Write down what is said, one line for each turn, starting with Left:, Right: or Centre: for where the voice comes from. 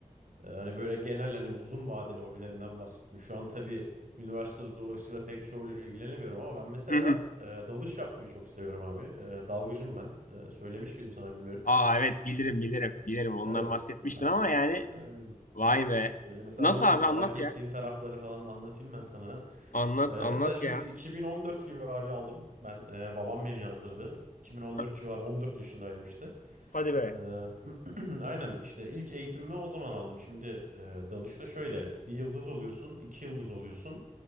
Right: Ee, Hani böyle genel hani uzun vadeli hobilerimden bahsettim. Şu an tabii üniversite dolayısıyla pek çoğuyla ilgilenemiyorum ama ben mesela
Left: Hı hı.
Right: e, dalış yapmayı çok seviyorum abi. E, dalgıcım ben. E, söylemiş miydim sana bilmiyorum.
Left: Aa evet bilirim bilirim. Bilirim ondan
Right: Evet.
Left: bahsetmiştin
Right: Ben
Left: ama yani
Right: aynen.
Left: vay be.
Right: Böyle mesela
Left: Nasıl
Right: onun
Left: abi
Right: merak
Left: anlat
Right: ettiğin
Left: ya.
Right: tarafları falan anlatayım ben sana.
Left: Anlat
Right: E,
Left: anlat
Right: mesela şimdi
Left: ya.
Right: 2014 gibi abi aldım. Ben e, babam beni yazdırdı. 2014
Left: Ha-
Right: civarı 14 yaşındaydım işte.
Left: Hadi be.
Right: Ee, <clears throat> aynen işte ilk eğitimimi o zaman aldım. Şimdi e, dalışta şöyle bir yıldız oluyorsun, iki yıldız oluyorsun,